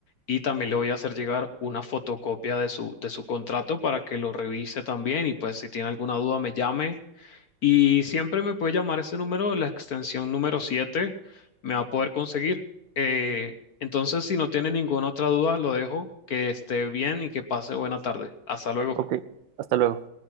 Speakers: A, on the left; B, on the right.
A: y también le voy a hacer llegar una fotocopia de su, de su contrato para que lo revise también y pues si tiene alguna duda me llame y siempre me puede llamar este número, la extensión número 7 me va a poder conseguir. Eh, entonces, si no tiene ninguna otra duda, lo dejo, que esté bien y que pase buena tarde. Hasta luego.
B: Ok, hasta luego.